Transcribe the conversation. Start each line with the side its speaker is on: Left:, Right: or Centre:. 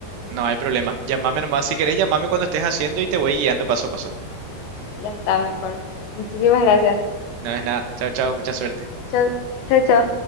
Right: No hay problema. Llámame nomás si querés, llámame cuando estés haciendo y te voy guiando paso a paso.
Left: Ya está, mejor. Muchísimas gracias.
Right: No es nada. Chao, chao. Mucha suerte.
Left: Chao, chao, chao.